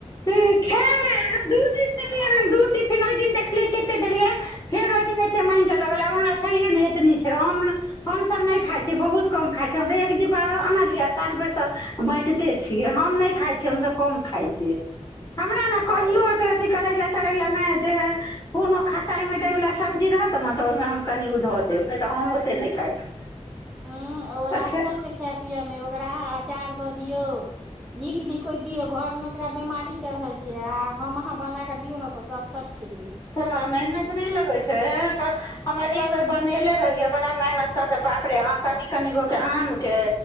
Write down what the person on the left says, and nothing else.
ह खायमे दू दिन दे द फेर ओहि दिन देखलियै कतेक देलियै फेर ओहि दिन एतेक माङगिक कऽ लगल आब हमरा छैहे नहि एतनी छै हम हमसभ नहि खाइत छियै बहुत कम खाइत छिय हम तऽ एक डिब्बा आनलियै साल भरिसँ बाँटिते छियै हम नहि खाइत छियै हमसभ कम खाइत छियै हमरा ने कहियो
एकर अथी करै लए त लमे जे कोनो खटाइमे देबैला सब्जी रहत ने तऽ ओहिमे हम कनि धऽ देब नहि तऽ हम ओतेक नहि खाइ छी
अच्छा
ह मेहनत नहि लगे छै हम
अगिला बेर बनेले रहि बड़ा मेहनत कऽ कऽ बाप रे अहाँ कनि कनि गो के आमकेँ